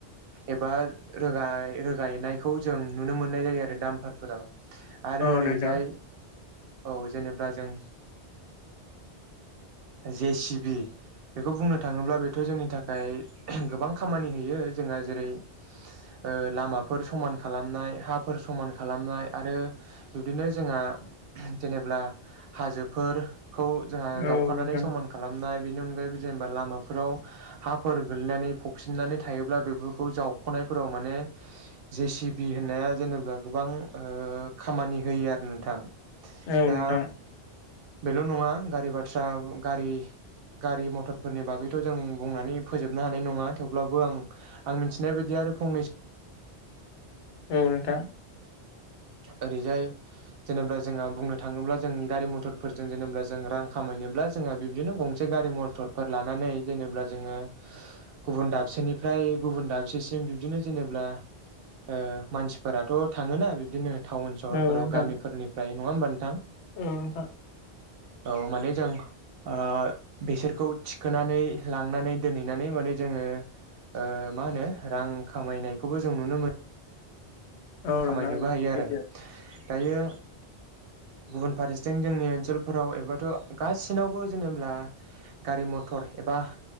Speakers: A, on the right; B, on the left.
A: एबा रोगायनायखौ जों नुनो मोननाय जायो आरो दामफारफोराव आरो
B: औ
A: ओरैजाय
B: नोंथां
A: औ जेनेब्ला जों जे सिबि बेखौ बुंनो थाङोब्ला बेथ' जोंनि थाखाय गोबां खामानि होयो जोंहा जेरै ओ लामाफोर समान खालाम‌ नाय हाफोर समान खालामनाय आरो बिब्दिनो जोंहा जेनेब्ला हाजोफोरखौ जोंहा
B: औ
A: जावखानानै
B: नोंथां
A: समान खालामनाय बेनि अनगायैबो जेनेबा लामाफोराव हाफोर गोल्लैनानै फबसिननानै थायोब्ला बेफोरखौ जावखनाय फोराव माने जेसे बि होननाया जेनेबा गोबां खामानि होयो आरो नोंथां
B: औ नोंथां
A: दा बेल' नङा गारि बाथ्रा गारि गारि मथरफोरनि बागैथ' जों बुंनानै फोजोबनो हानाय नङा थेवब्लाबो आं आं मिथिनाय बायदि आरो फंनैसो
B: औ नोंथां।
A: ओरैजाय जेनेबा जोंहा बुंनो थाङोब्ला जों गारि मथरफोरजों जेनेबा जों रां खामायनो बिदिनो गंसे गारि मथरफोर लानानै जेरैब्ला जोंङो गुबुन दाबसेनि फ्राय गुबुन दाबसेसिम बिबदिनो जेनेब्ला ओ मानसिफोराथ' थाङोना बिब बिदिनो टाउन सहरफोराव
B: औ नोंथां
A: गामिफोरनिफ्राय नङा होमबा नोंथां
B: औ नोंथां
A: औ माने जों ओ बेसोरखौ थिखोनानै लांनानै दोनहैनानै माने जोङो ओ मा होनो रां खामायनायखौबो जों नुनो मो
B: औ
A: खामायनोबो
B: नोंथां
A: हायो
B: सैथो
A: आरो दायो
B: <inaudible>
A: गुबुन फारसेथिं जोंनि ओनसोलफोराव एबाथ' गासिनावबो जेनेब्ला गारि मथर एब बा